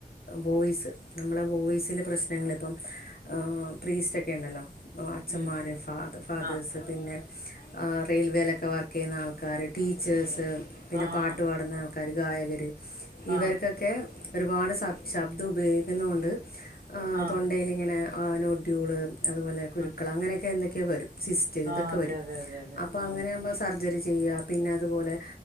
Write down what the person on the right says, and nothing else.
ഉം ഉം
ആഹ്
ആഹ്
ആഹ്
ആഹ്
ആഹ്
ആഹ്
ആഹ് അതെ
അതെ അതെ അതെ
ആഹ്